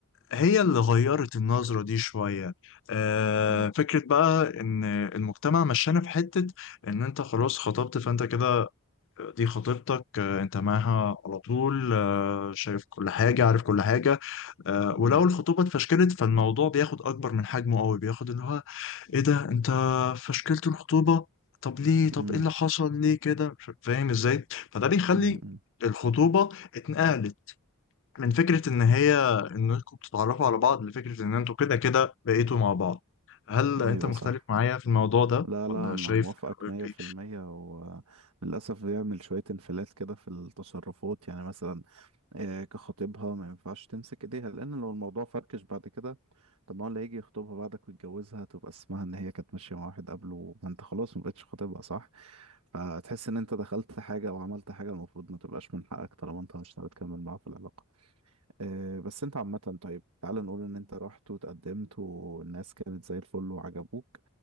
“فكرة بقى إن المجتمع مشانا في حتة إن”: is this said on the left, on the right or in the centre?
Left